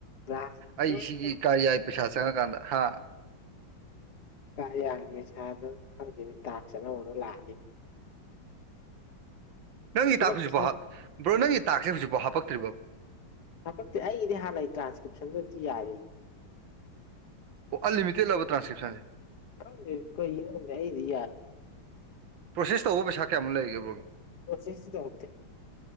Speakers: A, on the left; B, on the right.
A: ꯒ꯭ꯂꯥꯁ
B: ꯑꯩ
A: ꯇꯦꯡ
B: ꯁꯤꯒꯤ ꯀꯔꯤ ꯌꯥꯏ ꯄꯩꯁꯥ ꯆꯪꯉꯀꯥꯟꯗ ꯍꯥ
A: ꯀ ꯌꯥꯒꯤ ꯄꯩꯁꯥꯗ ꯈꯪꯗꯦꯅꯤ ꯇꯥꯛ ꯆꯅꯧꯕꯅ ꯂꯥꯛꯑꯅꯤ
B: ꯅꯪꯒꯤ ꯇꯥꯛ ꯍꯧꯖꯤꯛꯐꯥꯎ
A: ꯄꯩꯁꯥ
B: ꯕ꯭ꯔꯣ ꯅꯪꯒꯤ ꯇꯥꯛꯁꯦ ꯍꯧꯖꯤꯛꯐꯥꯎ ꯍꯥꯞꯄꯛꯇ꯭ꯔꯤꯕ
A: ꯍꯥꯄꯛꯇꯤ ꯑꯩꯒꯤꯗꯤ ꯍꯥꯟꯅꯒꯤ ꯇ꯭ꯔꯥꯟꯁꯀ꯭ꯔꯤꯞꯁꯟꯗꯨꯗꯤ ꯌꯥꯔꯤ
B: ꯑꯣ ꯑꯜꯜꯂꯤ ꯃꯤꯇ ꯂꯕ ꯇ꯭ꯔꯁꯀ꯭ꯔꯤꯞꯁꯟꯁꯦ
A: ꯀꯗ ꯀ ꯅꯏꯗꯤ
B: ꯄ꯭ꯔꯣꯁꯦꯁ ꯇꯧꯕ ꯄꯩꯁꯥꯌꯥꯃꯨꯛ ꯂꯩꯒꯦꯕ꯭ꯔꯣꯒꯦ
A: ꯁꯤꯁꯤꯗꯔꯛꯇꯦ